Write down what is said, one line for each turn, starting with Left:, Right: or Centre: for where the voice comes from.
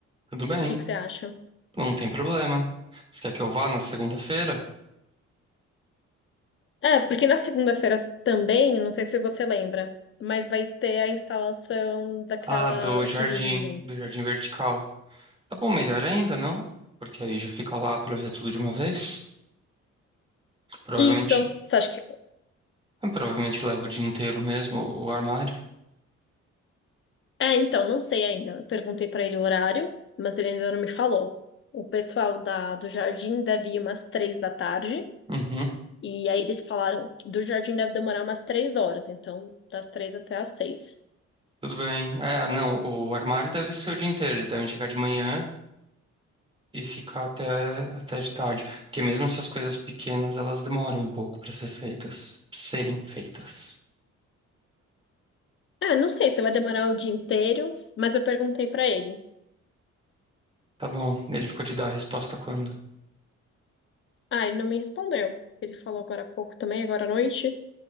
Right: Tudo bem,
Left: O que que você acha?
Right: não tem problema. Você quer que eu vá na segunda-feira?
Left: É, porque na segunda-feira também, não sei se você lembra, mas vai ter a instalação daquela,
Right: Ah, do jardim,
Left: aquele.
Right: do jardim vertical. Tá bom, melhor ainda, não? Porque aí já fica lá pra ver tudo de uma vez. Provavelmente,
Left: Isso, você acha que
Right: ah, provavelmente leva o dia inteiro mesmo, o armário.
Left: É, então, não sei ainda. Eu perguntei para ele o horário, mas ele ainda não me falou. O pessoal da, do jardim deve ir umas três da tarde.
Right: Uhum,
Left: E aí eles falaram que do jardim deve demorar umas três horas. Então, das três até às seis.
Right: tudo bem. É, não, o armário deve ser o dia inteiro. Eles devem chegar de manhã e ficar até, até de tarde. Porque mesmo essas coisas pequenas, elas demoram um pouco para ser feitas, pra serem feitas.
Left: É, não sei se vai demorar o dia inteiro, mas eu perguntei para ele.
Right: Tá bom, ele ficou de dar a resposta quando?
Left: Ah, ele não me respondeu. Ele falou agora há pouco também, agora à noite.